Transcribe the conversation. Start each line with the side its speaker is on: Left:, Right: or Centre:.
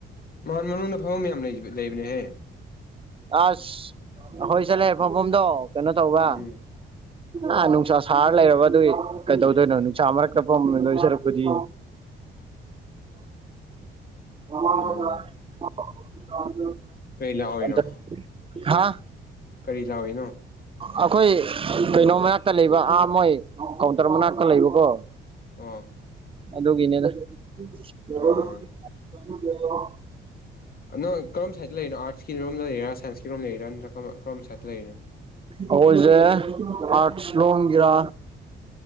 Left: ꯃꯥꯟ ꯃꯅꯨꯡꯗ ꯐꯝꯔꯝ ꯌꯥꯝ ꯂꯩ ꯂꯩꯕꯅꯦꯍꯦ
Right: ꯑꯁ ꯑꯈꯣꯏ ꯆꯠꯂꯦ ꯐꯝꯕꯝꯗꯣ ꯀꯩꯅꯣ ꯇꯧꯕ
Left: ꯎꯝ
Right: ꯑꯥ ꯅꯨꯡꯁꯥ ꯁꯥꯔ ꯂꯩꯔꯕ ꯑꯗꯨꯏ ꯀꯩꯗꯧꯗꯣꯏꯅꯣ ꯅꯨꯡꯁꯥ ꯃꯔꯛꯇ ꯐꯝ ꯂꯩꯗꯣꯏ ꯁꯔꯨꯛꯄꯨꯗꯤ <unintelligible>
Left: ꯑꯣ
Right: <unintelligible>
Left: ꯀꯩ ꯂꯥꯛꯑꯣꯏꯅꯣ
Right: ꯎꯟꯇ ꯍꯥꯥ
Left: ꯀꯔꯤ ꯆꯧꯔꯤꯏꯅꯣ
Right: ꯑꯩꯈꯣꯏ ꯀꯩꯅꯣ ꯃꯅꯥꯛꯇ ꯂꯩꯕ ꯑꯥ ꯃꯣꯏ ꯀꯥꯎꯟꯇꯔ ꯃꯅꯥꯛꯇ ꯂꯩꯕꯀꯣ
Left: ꯑꯣ
Right: ꯑꯗꯨꯒꯤꯅꯤꯗꯥ <inaudible>
Left: ꯑꯣ
Right: <inaudible>
Left: ꯅꯪ ꯀꯔꯝ ꯁꯥꯏꯗ ꯂꯩꯔꯤꯅꯣ ꯑꯔꯠꯀꯤꯝ ꯂꯩꯔꯥ ꯁꯥꯏꯟꯁꯀꯤ ꯔꯣꯝ ꯂꯩꯔꯥ ꯅꯠꯇ꯭ꯔ ꯀꯔꯣꯝ ꯁꯥꯏꯇꯥ ꯂꯩꯔꯤꯅꯣ
Right: ꯑꯣꯖꯏꯖꯦ ꯑꯥꯠꯁ ꯂꯣꯡꯒꯔꯥ